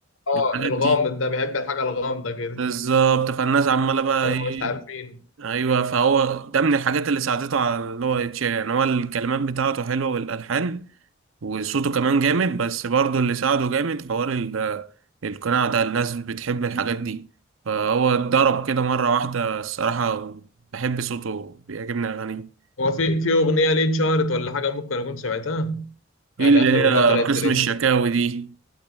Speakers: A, on the left; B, on the right.
A: اه
B: الحاجات
A: الغامض
B: دي
A: ده بيحب الحاجة الغامضة كده
B: بالظبط فالناس عمالة بقى
A: هما
B: ايه
A: مش عارفين
B: ايوه فهو ده من الحاجات اللي ساعدته على اللي هو يتشهر يعني هو الكلمات بتاعته حلوه والالحان وصوته كمان جامد بس برضه اللي ساعده جامد حوار ال- القناع ده الناس بتحب الحاجات دي فهو اتضرب كده مره واحده الصراحه بحب صوته بيعجبني اغانيه
A: هو في في أغنية ليه اتشهرت ولا حاجة ممكن أكون سمعتها
B: في
A: يعني
B: اللي
A: آخر
B: هي
A: أغنية طلعت
B: قسم
A: ترند
B: الشكاوي دي